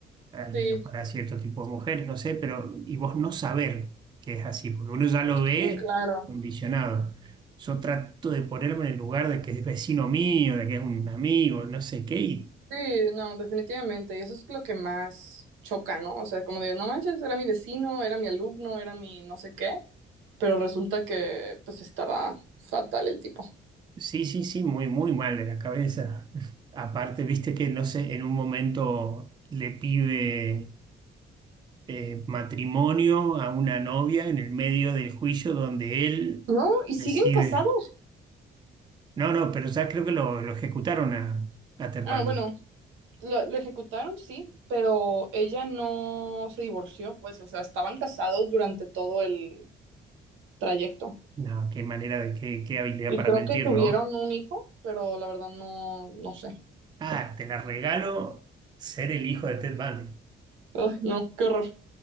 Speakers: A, on the right; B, on the right.
A: al
B: Sí,
A: menos para cierto tipo de mujeres, no sé, pero y vos no saber que es así, porque uno ya lo ve
B: sí, claro.
A: condicionado. Yo trato de ponerme en el lugar de que es vecino mío, de que es un amigo, no sé qué, y
B: Sí, no, definitivamente. Y eso es lo que más choca, ¿no? O sea, como de, no manches, era mi vecino, era mi alumno, era mi no sé qué, pero resulta que pues estaba fatal el tipo.
A: sí, sí, sí, muy, muy mal de la cabeza. <laughs> Aparte, viste que, no sé, en un momento le pide. eh, matrimonio a una novia en el medio del juicio donde él
B: No, y siguen
A: decide.
B: casados.
A: No, no, pero ya creo que lo, lo ejecutaron a, a Terpandi.
B: Ah, bueno, lo, lo ejecutaron, sí, pero ella no se divorció, pues, o sea, estaban casados durante todo el trayecto.
A: No, qué manera de qué, qué habilidad
B: Y
A: para
B: creo
A: mentir,
B: que tuvieron
A: ¿no?
B: un hijo, pero la verdad no, no sé.
A: Ah, te la regalo ser el hijo de Ted Bundy.
B: Ay, no, qué horror.